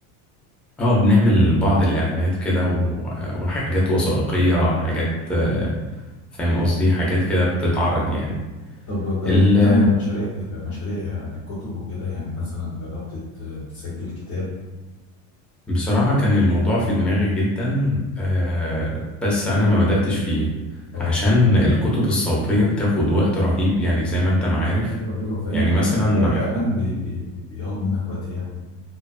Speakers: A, in the centre; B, on the left (about 80°).
A: اه بنعمل بعض الاعلانات كده و- وحاجات وثائقيه حاجات آه، فاهم قصدي حاجات كده بتتعرض يعني
B: طب جربت
A: ال-
B: تعمل مشاريع كده مشاريع عن الكتب وكده يعني مثلا جربت ت- تسجل كتاب
A: بصراحه كان الموضوع في دماغي جدا آه، بس انا ما بداتش فيه
B: اه
A: عشان الكتب الصوتيه بتاخد وقت رهيب يعني زي ما انت معارف
B: ايوه ايوه فاهم
A: يعني
B: ده
A: مثلا
B: مجرد اعلان بي بي بي- بياخد منك وقت ياما